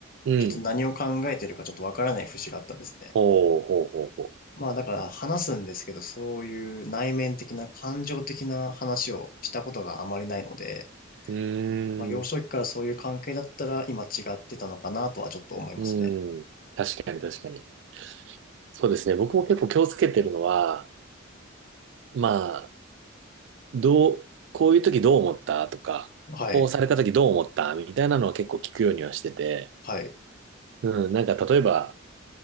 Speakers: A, on the right (about 60°); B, on the left (about 45°).
A: うん。
B: ちょっと何を考えてるかちょっとわからない節があったんですね。
A: ほうほうほうほ
B: まあだから話すんですけど、そういう内面的な感情的な話をしたことがあまりないので、
A: う。うーん。
B: まあ、幼少期からそういう関係だったら今違ってたのかなとはちょっと思いますね。
A: うん。確かに確かに。そうですね。僕も結構気をつけてるのは、まあ、どう、こういう時どう思ったとか、
B: はい。
A: こうされた時どう思ったみたいなのは結構聞くようにはしてて、
B: はい。
A: うん、なんか例えば、